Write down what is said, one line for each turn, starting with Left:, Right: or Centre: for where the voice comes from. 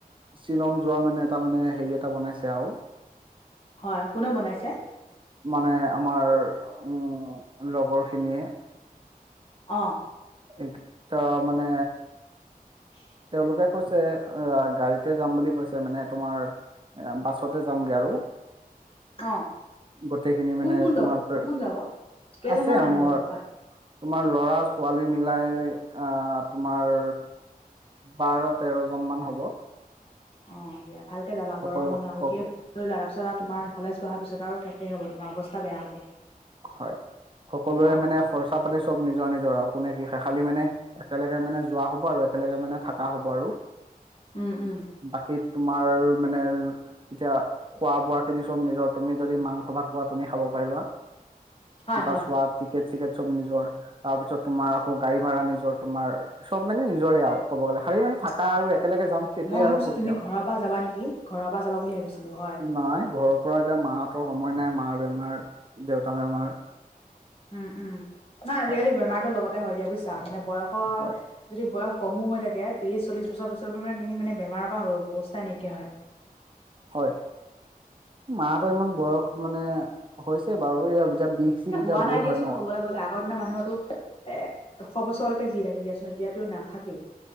Right: শ্বিলং যোৱা মানে এটা মানে হেৰি এটা বনাইছে আৰু
Left: হয় কোনে বনাইছে?
Right: মানে আমাৰ উম লগৰ খিনিয়ে
Left: অ।
Right: এক টা মানে
Left: <unintelligible>
Right: তেওঁলোকে কৈছে গাড়ীতে যাম বুলি কৈছে মানে তোমাৰ এ বাছতে যামগৈ আৰু
Left: অ
Right: গোটেই খিনি
Left: কোন
Right: মানে
Left: কোন যাব
Right: তোমাৰ
Left: কোন কোন যাব কেইজনমান
Right: আছে
Left: মানুহ
Right: মোৰ
Left: যাব হয়
Right: তোমাৰ ল'ৰা ছোৱালী মিলাই আহ তোমাৰ বাৰ-তেৰ জন মান হ'ব।
Left: অ দিয়া ভালকে যাবা
Right: সকলো
Left: গৰম বন্ধ লৈ
Right: সক
Left: লোৱা। তাৰপিছত আৰু তোমাৰ কলেজ পঢ়াৰ পিছত আৰু শেষ হ'ব তোমাৰ অৱস্থা বেয়া হ'ব।
Right: হয়। সকলোৱেৰে
Left: অ
Right: মানে খৰচা পাতি চব নিজৰ নিজৰ আৰু কোনে কি খাই খালি মানে একেলগে মানে যোৱা হ'ব আৰু একেলগে মানে থকা হ'ব আৰু।
Left: উম উম।
Right: বাকী তোমাৰ মানে যেতিয়া খোৱা-বোৱা খিনি চব নিজৰ, তুমি যদি মাংস ভাত খোৱা তুমি খাব পাৰিবা।
Left: হয়
Right: কিবা
Left: হয়
Right: চোৱা টিকেট চিকেট চব নিজৰ, তাৰ পিছত তোমাৰ আকৌ গাড়ী ভাড়া নিজৰ, তোমাৰ চব মানে নিজৰে আৰু ক'ব গ'লে খালী মানে থাকা
Left: অ
Right: আৰু একেলগে যাম সেইটোৱে
Left: মই ভাবিছো
Right: আৰু ফুৰ্তি
Left: তুমি
Right: আউ।
Left: ঘৰৰ পৰা যাবা নেকি ঘৰৰ পৰা যাবা বুলি ভাবিছিলো হয়
Right: নাই ঘৰত ঘৰত এতিয়া মাহঁতৰ সময় নাই মাৰ বেমাৰ, দেউতা বেমাৰ,
Left: উম উম না আজিকালি
Right: হয়
Left: বেমাৰতো লগতে হয় দিয়া বুজিছা, মানে বয়সৰ
Right: হয়
Left: যদি বয়স কমো হৈ থাকে, ত্ৰিশ-চল্লিশ বছৰ পিছৰ পৰা মানে তুমি মানে বেমাৰৰ পৰা অৱস্থা নাইকিয়া হয়।
Right: হয়। মাহঁতৰ ইমান বয়স মানে হৈছে বাৰু এই এতিয়া বিষ চিষ
Left: এ
Right: এতিয়া
Left: হোৱা নাই
Right: বহুত
Left: দিয়াচোন
Right: হয় ন
Left: ক'বলৈ গ'লে আগৰ দিনা মানুহটো এশ বছৰলৈকে যি থাকে দিয়াচোন এতিয়াতো নাথাকেই।